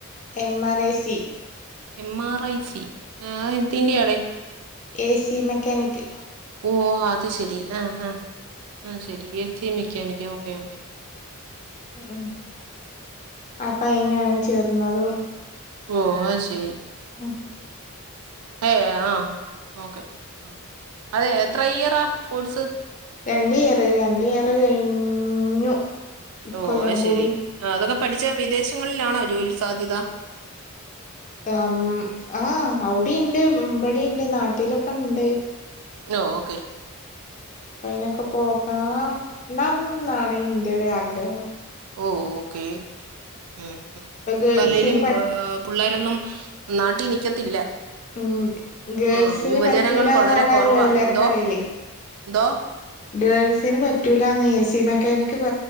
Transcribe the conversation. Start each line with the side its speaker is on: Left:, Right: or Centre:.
Left: M R I C
Right: M R I C അതു എന്തിൻ്റെ ആടെ?
Left: ഏ സി മെക്കാനിക്ക്
Right: ഓഹ് അത് ശരി ആഹ് ആഹ് ആഹ് ശരി A C mechanic okay okay
Left: ഉം അപ്പൊ അയിനാണ് ചേർന്നതും
Right: ഓഹ് അതു ശരി! !
Left: ഉം....
Right: ഏഹ് ആഹ് ഓക്കെ ആഹ് അതെ എത്ര ഇയറാ കോഴ്സ്?
Left: രണ്ട് ഇയറ് രണ്ട് ഇയറ് കഴിഞ്ഞു ഇക്കൊല്ലം
Right: ഓഹ് അതു ശെരി
Left: കൂടി
Right: അതൊക്കെ പഠിച്ചാ വിദേശങ്ങളിലാണോ ജോലി സാധ്യത?
Left: ആം ആഹ് അവിഡിണ്ട് ഇവിടെണ്ട് നാട്ടിലൊക്കെണ്ട്
Right: നോ ഓക്കെ
Left: അപ്പ അതിനൊക്കെ പോകണം ണംന്നാണ് ഇന്റെ ഒരു ആ ഗ്രഹം
Right: ഓഹ് ഓക്കേ ഉം ഉം
Left: ഇപ്പൊ ഗേൾസിന്
Right: ഇപ്പോ അല്ലേലും പ പുള്ളേരൊന്നും നാട്ടി നിക്കത്തില്ല
Left: ഉം ഗേൾസിന്
Right: ആ യുവജനങ്ങൾ
Left: പറ്റൂല്ലാന്നാണല്ലോ
Right: വളരെ കുറവാ
Left: എല്ലാരും
Right: എന്തോ
Left: പറയലേ?
Right: എന്തോ
Left: ഗേൾസിന് പറ്റൂല്ലന്ന് ഏ സി മെക്കാനിക്ക് പ